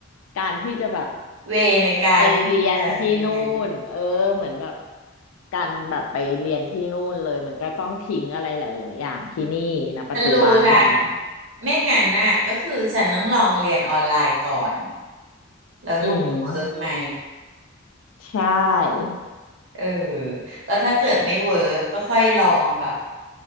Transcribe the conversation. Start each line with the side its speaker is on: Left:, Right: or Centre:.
Left: การที่จะแบบ
Right: เวในการที่จะเรียน
Left: ไปเรียนที่นู่นเออเหมือนแบบการแบบไปเรียนที่นู่นเลยมันก็ต้องทิ้งอะไรหลายๆอย่างที่นี่นะปัจจุบันถูกไหม
Right: ฉันรู้ละไม่งั้นน่ะก็คือฉันต้องลองเรียนออนไลน์ก่อนแล้วดูว่าเวิร์กไหม
Left: อืมใช่
Right: เออแล้วถ้าเกิดไม่เวิร์กก็ค่อยลองแบบ